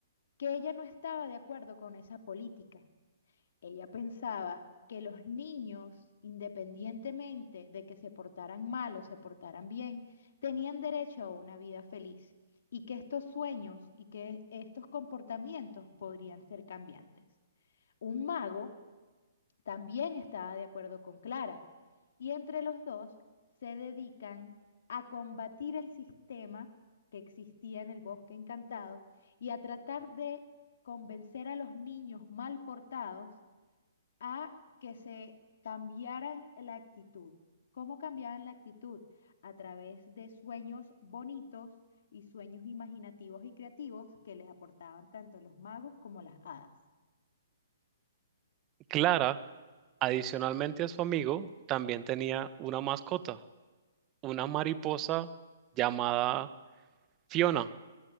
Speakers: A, on the left; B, on the right.
A: que ella no estaba de acuerdo con esa política. Ella pensaba que los niños, independientemente de que se portaran mal o se portaran bien, tenían derecho a una vida feliz y que estos sueños y que estos comportamientos podrían ser cambiantes. Un mago también estaba de acuerdo con Clara, y entre los dos se dedican a combatir el sistema que existía en el Bosque Encantado y a tratar de convencer a los niños mal portados a que se cambiaran la actitud. ¿Cómo cambiaban la actitud? A través de sueños bonitos y sueños imaginativos y creativos que les aportaban tanto los magos como las hadas.
B: Clara, adicionalmente a su amigo, también tenía una mascota, una mariposa llamada Fiona.